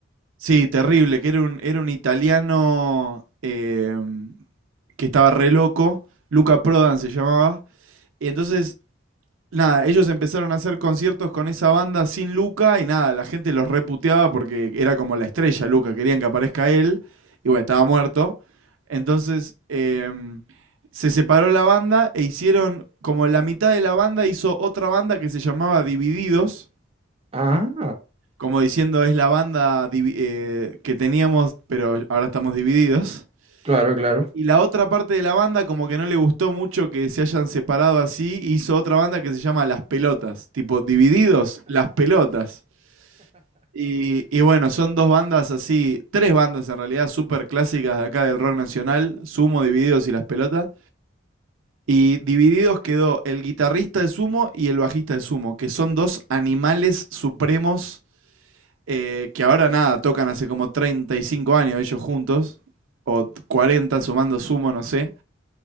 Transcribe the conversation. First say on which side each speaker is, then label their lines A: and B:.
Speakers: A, on the right; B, on the right.
A: Sí, terrible, que era un, era un italiano eh, que estaba re loco, Luca Prodan se llamaba, y entonces, nada, ellos empezaron a hacer conciertos con esa banda sin Luca y nada, la gente los reputeaba porque era como la estrella Luca, querían que aparezca él, y bueno, estaba muerto. Entonces, em, se separó la banda e hicieron, como la mitad de la banda hizo otra banda que se llamaba Divididos
B: Ah,
A: como diciendo, es la banda divi- eh, que teníamos, pero ahora estamos divididos.
B: claro, claro.
A: Y la otra parte de la banda, como que no le gustó mucho que se hayan separado así, hizo otra banda que se llama Las Pelotas. Tipo, divididos, Las Pelotas. Y, y bueno, son dos bandas así, tres bandas en realidad, súper clásicas de acá del rock nacional, Sumo, Divididos y Las Pelotas. Y divididos quedó el guitarrista de Sumo y el bajista de Sumo, que son dos animales supremos eh, que ahora nada, tocan hace como 35 años ellos juntos, o 40 sumando sumo, no sé,